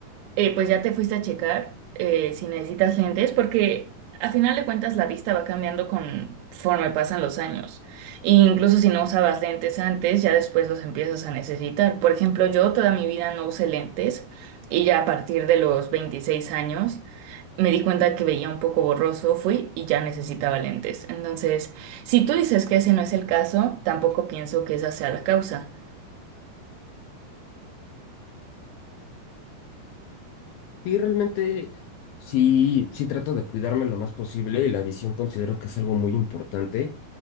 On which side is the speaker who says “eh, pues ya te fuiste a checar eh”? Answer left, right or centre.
Right